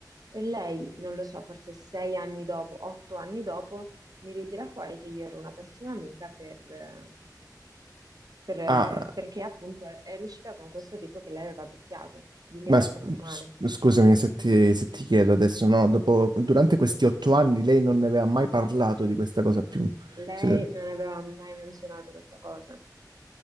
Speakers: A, on the right; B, on the right.
A: e lei, non lo so, forse sei anni dopo, otto anni dopo, mi ritira fuori che io ero una pessima amica per, eh, per-
B: Ah,
A: perché appunto è, è riuscita con questo tipo che lei aveva adocchiato. Dimmi
B: ma
A: te
B: s-
A: se è normale.
B: s- scusami se ti, se ti chiedo adesso, no? Dopo, durante questi otto anni lei non ne aveva mai parlato di questa cosa più.
A: Lei
B: Se-
A: non aveva mai menzionato questa cosa,